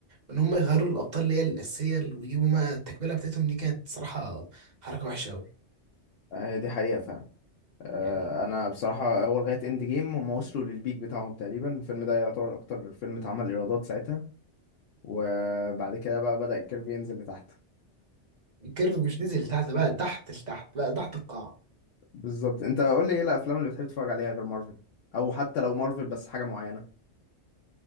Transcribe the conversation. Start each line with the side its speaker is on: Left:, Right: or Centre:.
Right: ان هم يغيروا الابطال اللي هي الاساسيه اللي- ويجيبوا ما التكمله بتاعتهم دي كانت صراحه حركه وحشه قوي
Left: آه، دي حقيقة فعلا آه،
Right: يعني
Left: انا بصراحة اول لغاية اند جيم هم وصلوا للبيك بتاعهم تقريبا الفيلم ده يعتبر اكتر فيلم اتعمل ايرادات ساعتها وبعد كده بقى بدأ الكيرف ينزل لتحت
Right: الكيرف مش نزل لتحت بقى تحت لتحت بقى تحت القاع
Left: بالظبط انت قول لي ايه الافلام اللي بتحب تتفرج عليها غير مارفل او حتى لو مارفل بس حاجة معينة